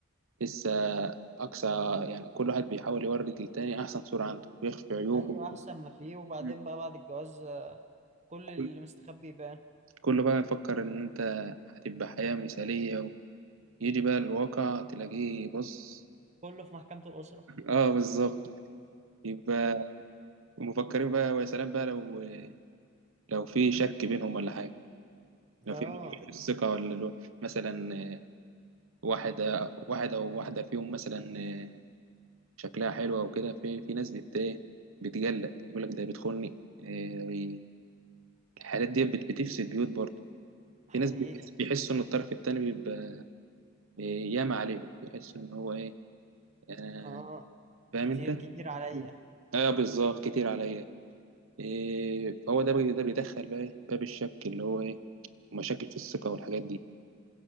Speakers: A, on the right; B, on the right.
A: لسه اقصى يعني كل واحد بيحاول يورد للتاني احسن صورة عنده ويخفي عيوبه
B: ايوه احسن ما فيه وبعدين
A: مم.
B: بقى بعد الجواز آه، كل
A: كل
B: اللي مستخبي يبان
A: كله بقى يفكر ان انت هتبقى حياة مثالية ويجي بقى الواقع تلاقيه بص
B: كله في محكمة الأسرة
A: اه بالظبط يبقى ومفكرين بقى ويا سلام بقى لو لو في شك بينهم ولا حاجة
B: اه
A: لو في في الثقة ولا لو- مثلا آه، واحد آه، واحد أو واحدة فيهم مثلا آه، شكلها حلو أو كده في في ناس بت إيه، بتجلد يقول لك ده بيدخلني آه، الحالات دي بت- بتفسد بيوت برضه
B: حقيقي
A: في ناس بيحس- بيحسوا إن الطرف التاني بيبقى آه، ياما عليهم بيحسوا إن هو إيه آه،
B: اه
A: فاهم
B: كتير
A: أنت؟
B: كتير عليا
A: مم. أيوه بالظبط كتير عليا إيه فهو ده بي- ده بيدخل بقى إيه، باب الشك اللي هو إيه مشاكل في الثقة والحاجات دي